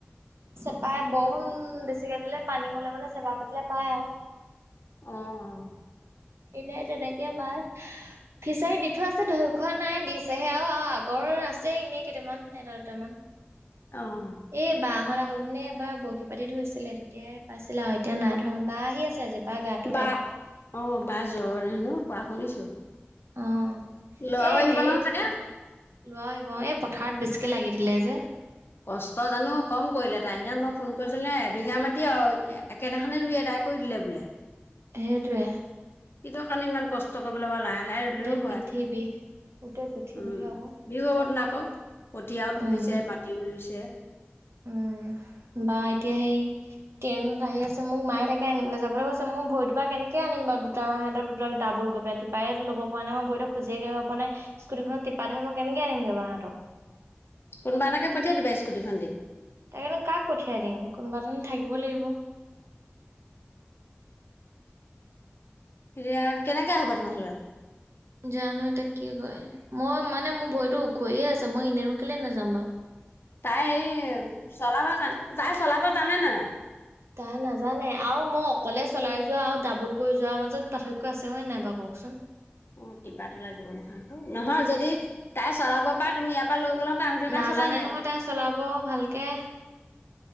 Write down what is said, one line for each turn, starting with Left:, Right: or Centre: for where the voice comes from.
Right: চেপাই বৰষুণ বেছিকে দিলে পানী হ'লে মানে চেপা পাতিলে পায় আও।
Left: অঁ অ।
Right: এনেই তেনেকে মাছ ফিচাৰীত দি থোৱা আছে ধৰি খোৱা নাই, দিছেহে আও আৰু আগৰ আছে এনেই কেইটামান এটা দুটামান।
Left: অ' অ'
Right: এ বা হঁত আহ আহোঁতেনে এবাৰ বৰশী পাতি ধৰিছিলে তেতিয়াই পাইছিলে আও এতিয়া নাই ধৰা বা আহি আছে আজি বাৰ গাটো
Left: বা
Right: বেয়া।
Left: অ' বা জ্বৰ হেনো? কোৱা শুনিছো।
Right: অ,
Left: ল'ৰাও
Right: এ
Left: আহিব
Right: হেৰি
Left: নহয় চাগে
Right: পথা লোৱা আহিব এই পথাৰত বেছিকে লাগি দিলে যে।
Left: কষ্ট জানো কম কৰিলে তাই সিদিনা, মই ফোন কৰিছিলো নে। এবিঘা মাটি একেদিনাখনে ৰুই এডায় কৰি দিলে বোলে।
Right: সেইটোৱে।
Left: কিটোৰ কাৰণে ইমান কষ্ট কৰি লাহে-লাহে
Right: গোটেই
Left: ৰুলেও হয়
Right: পিঠি বিষ। গোটেই পিঠি
Left: উম
Right: বিষ আকৌ।
Left: বিহু হত ন কক কঠিয়া তুলিছে
Right: উম,
Left: মা যে
Right: উম, বা এতিয়া সেই ট্ৰেইনত আহি আছে। মোক মায়ে তাকে আনিবলৈ যাবলৈ কৈছে। মই ভৰিটো পৰা কেনেকে আনিম বাৰ দুটা সিহঁত দুট ডাবুল <unintelligible> টিপাই লব পৰা নাই। মই ভৰিটো খোজে কাঢ়িব পৰা নাই। স্কুটিখন টিপা ধৰি মই কেনেকে আনিম বাও মই সিহঁতক
Left: কোনোবা এটাকে পঠিয়াই দিবা স্কুটিখন দি।
Right: তাকেটোন কাক পঠিয়াই দিম? কোনোবাতোন থাকিব লাগিব।
Left: <inaudible> এতিয়া কেনেকে আহিবা তেনেহলে?
Right: জানো এতিয়া কি হয়! মই মানে মোৰ ভৰিটো ওখহি আছে। মই এনেনো কেলে নাযাম বাও
Left: তাই এই চলাব জান- তাই চলাব জানে নে নাই?
Right: তাই নাজানে আৰু মই অকলে চলাই যোৱা আৰু ডাবুল কৰি যোৱাৰ মাজত পাৰ্থক্য আছে হয়ে নাই ব ক কওকচোন
Left: অ', টিপাতো ওলাই নহয় যদি তাই চলাব পাৰে তুমি ইয়াৰ পৰা লৈ গ'লাহেঁতেন আহোঁতে তাই
Right: নাজানে
Left: চলাই আহিলেহেঁতেন
Right: নহয় তাই চলাব ভালকে